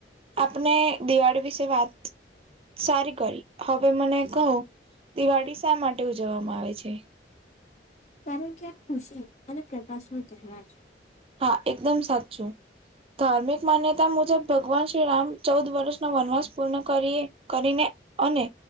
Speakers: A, on the right (about 30°); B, on the left (about 40°).
A: આપને દિવાળી વિશે વાત સારી કરી- હવે મને કહું દિવાળી શા માટે ઉજવવામાં આવે છે.
B: કારણ કે આ ખુશી અને પ્રકાશ નો તહેવાર છે.
A: હા એકદમ સાચું- ધાર્મિક માન્યતા મુજબ ભગવાન શ્રીરામ ચૌદ વર્ષનો વનવાસ પૂર્ણ કરી કરીને- અને